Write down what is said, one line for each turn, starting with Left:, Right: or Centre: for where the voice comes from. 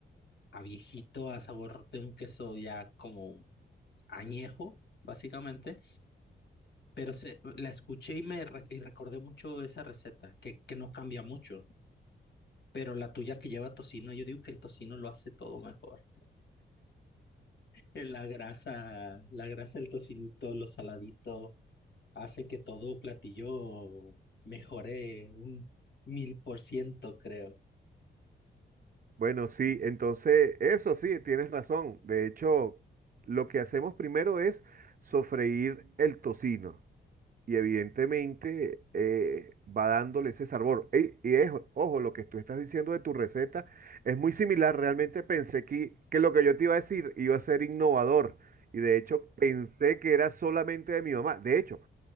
Left: a viejito, a sabor de un queso ya como añejo, básicamente, pero se, la escuché y me re- y recordé mucho esa receta, que, que no cambia mucho, pero la tuya que lleva tocino, yo digo que el tocino lo hace todo mejor. <laughs> Eh, La grasa, la grasa del tocinito, lo saladito, hace que todo platillo mejore un mil por ciento, creo.
Right: Bueno, sí, entonces, eso sí, tienes razón. De hecho, lo que hacemos primero es sofreír el tocino. y evidentemente eh, va dándole ese sabor. Ey, y es, ojo, lo que tú estás diciendo de tu receta es muy similar. Realmente pensé que, que lo que yo te iba a decir iba a ser innovador. Y de hecho pensé que era solamente de mi mamá. De hecho,